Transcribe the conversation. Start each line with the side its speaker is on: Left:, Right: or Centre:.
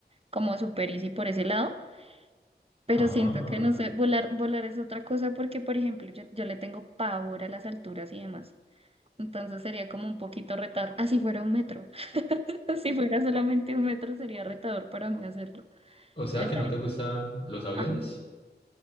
Right: como super easy por ese lado. Pero
Left: Ah,
Right: siento que no sé, volar, volar es otra cosa porque, por ejemplo, yo, yo le tengo pavor a las alturas y demás. Entonces sería como un poquito retador. Así fuera un metro. <laughs> Si fuera solamente un metro sería retador para mí hacerlo.
Left: o sea
Right: Les
Left: que
Right: daría-
Left: no te gustan los aviones.
Right: ah,